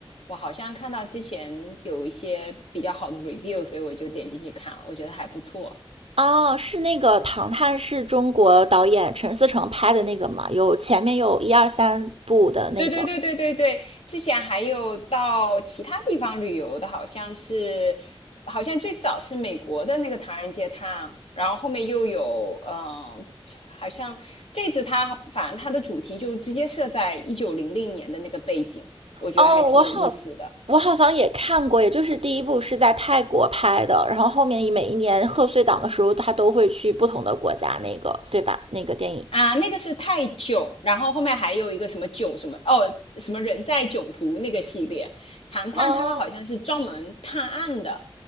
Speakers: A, on the left (about 85°); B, on the right (about 80°).
A: 我好像看到之前有一些比较好的 review，所以我就点进去看了，我觉得还不错。
B: 哦，是那个《唐探》，是中国导演陈思诚拍的那个嘛？有前面有一二三部的那个。
A: 对对对对对对，之前还有到其他地方旅游的，好像是，好像最早是美国的那个唐人街探，然后后面又有，嗯、好像这次它反正它的主题就直接设在一九零零年的那个背景，我觉得还挺有意思的
B: 哦，我好，我好像也看过，也就是第一部是在泰国拍的，然后后面每一年贺岁档的时候，他都会去不同的国家，那个对吧？那个电影。
A: 啊。那个是泰囧，然后后面还有一个什么囧什么哦，什么人在囧途那个系列，唐判它好像是专门探案的，
B: 哦，